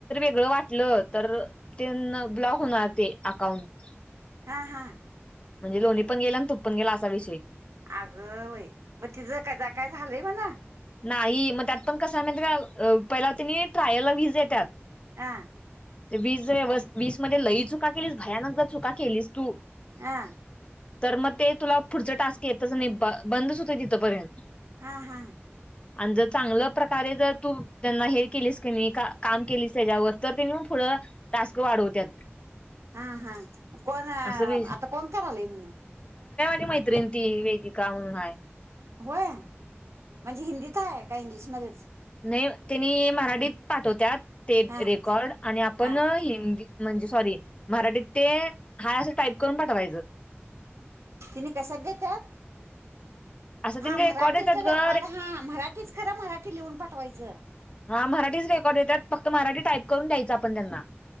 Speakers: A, on the left (about 25°); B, on the right (about 85°).
A: ज वाटलं तर ते न ब्लॉक होणार ते अकाउंट.
B: हा हा
A: म्हणजे लोणी पण गेले आणि तूप पण गेले असा विषय हे.
B: आगं बई म तिज काय जाकाय झालंय मला
A: नाही, मग त्यात पण त्यांनी कस <unintelligible> आहे. माहित आहे का? का पहिला त्यांनी ट्रायलला वीस देतात
B: हा.
A: ते वीस जर वीस मध्ये खूप चुका केलीस, भयानक जर चुका केलीस तू
B: हा
A: तर मग ते तुला पुढच टास्क येतच नाही. बंदच होतोय तिथंपर्यंत
B: हा. हा
A: आणि जर चांगलं प्रकारे जर तू त्यांना हे केलीस. काम केले त्याच्यावर तर तेनी पण मग पुढे टास्क वाढवत्यात.
B: हा-हा कोण
A: असं बी
B: आता कोण करालय म्हण?
A: ती मैत्रिण ती वेदिका म्हणून आहे.
B: होय. म्हणजे हिंदीत आहे? काय इंग्लिशमध्ये च
A: नाही त्यांनी मराठीत पाठवत्यात ते
B: हां
A: रेकॉर्ड. आणि आपण
B: हां
A: हिंदी म्हणजे सॉरी मराठीत ते हाय असं टाईप करून पाठवायचं
B: तिन्ही कशात देतात.
A: असं
B: हा
A: त्यांनी रेकॉर्ड
B: मराठी
A: येतात
B: त
A: ग
B: रेकॉर्ड. हा मराठीच खर मराठी लिहून पाठवायचं
A: हा मराठीच रेकॉर्ड देतात. फक्त मराठी टाईप करून द्यायचं आपण त्यांना